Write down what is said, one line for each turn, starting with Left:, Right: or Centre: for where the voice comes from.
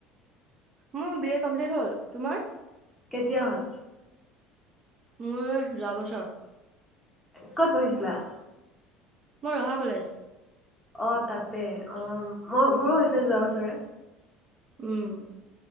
Right: মোৰ বি এ কমপ্লিট হ'ল। তোমাৰ?
Centre: কেতিয়া হ'ল?
Right: মোৰ যোৱা বছৰ।
Centre: ক'ত পঢ়িছিলোঁ?
Right: মই ৰহা কলেজ।
Centre: অ' তাতে অ'। মই
Right: উম
Centre: মোৰো
Right: উম
Centre: হৈছে যোৱা বছৰে।
Right: উম।